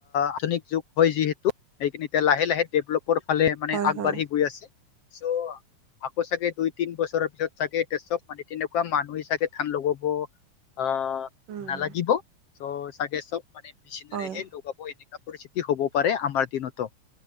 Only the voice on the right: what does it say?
হয়
হয়
উম
হয়